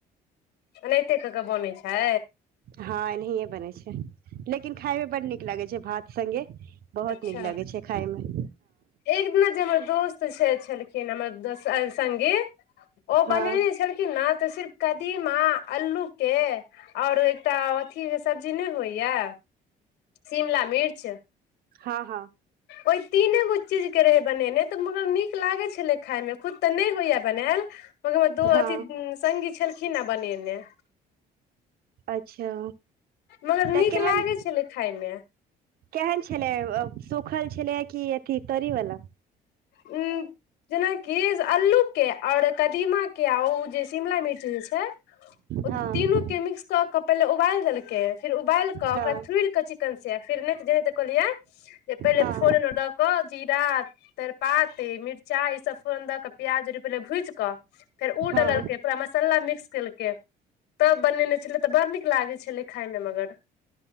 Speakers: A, on the left (about 80°); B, on the right (about 65°).
A: एनाहिते क के बनै छै
B: हँ एनाहिए बनै छै लेकिन खायमे बड नीक लिगै छै भात संगे बहुत
A: अच्छा
B: नीक लागै छै खाय मे
A: एक दिना जे हमर दोस्त छै छलखिन हमर संगी ओ बनेने
B: हँ
A: छलखिन न तऽ सिर्फ कदीमा अल्लू के ओर एकटा अथीके सब्जी नहि होइए शिमला मिर्च
B: हँ हँ
A: ओहि तीने गो चीजके रहै बनेने तऽ मगर नीक लागै छलै खायइमे तऽ नहि होइया बनायल मगर हमर दो
B: हँ
A: अथी संगी छलखिने है बनेने
B: अच्छा
A: मगर नीक
B: तऽ केहन
A: लागै छै ने खायमे
B: केहन छलै सूखल छलै कि अथी तरी वला
A: ह जेनाकि अल्लू के और कदीमा के आ ओ जे शिमला मिर्च जे छै ओ
B: हँ
A: तीनू के मिक्स कऽ क पहिले उबालि देलकै फेर उबालि कऽ ओकरा
B: हँ
A: थोड़िकऽ न से फेर नहि जेनाते कहलियै जे पहिले
B: हँ
A: फोरन द क जीरा तेजपात मिर्चा ईसब फोरन दऽ कऽ प्याज र पहिले भुजि कऽ फेर ओ
B: हँ
A: डलके पूरा मसाला मिक्स केलकै तब बनेने छलै तऽ बड़ नीक लागे छलै खायमे मगर